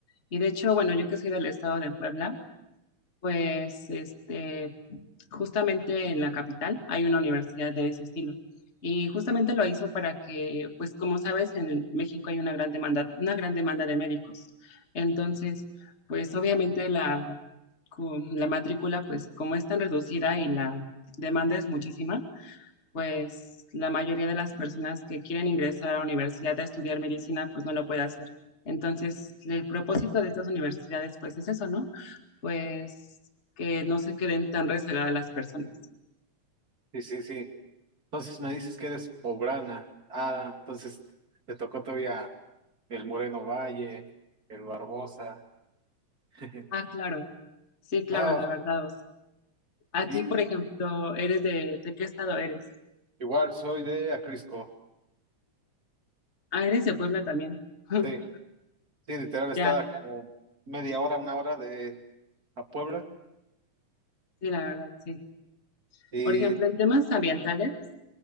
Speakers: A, on the left; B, on the right.
A: Y de hecho, bueno, yo que soy del estado de Puebla, pues este justamente en la capital hay una universidad de ese estilo. Y justamente lo hizo para que, pues como sabes, en el- México hay una gran demanda, una gran demanda de médicos. Entonces, pues obviamente la, cu- la matrícula, pues como es tan reducida y la demanda es muchísima, pues la mayoría de las personas que quieren ingresar a la universidad a estudiar medicina, pues no lo puede hacer. Entonces, el propósito de estas universidades, pues es eso, ¿no? Pues que no se queden tan rezagadas las personas.
B: Sí, sí, sí. Entonces me dices que eres poblana. Ah, entonces te tocó todavía el Moreno Valle, el Barbosa. <laughs>
A: Ah, claro. Sí, claro,
B: No,
A: la verdad. o sea, A
B: y,
A: ti, por ejemplo, ¿eres de, de qué estado eres?
B: Igual soy de Acrisco.
A: Ah, eres de Puebla también. <laughs>
B: Sí, sí, literal está
A: Ya,
B: como media hora, una hora de a Puebla.
A: sí, la verdad, sí.
B: Y
A: Por ejemplo,
B: sí,
A: en temas ambientales,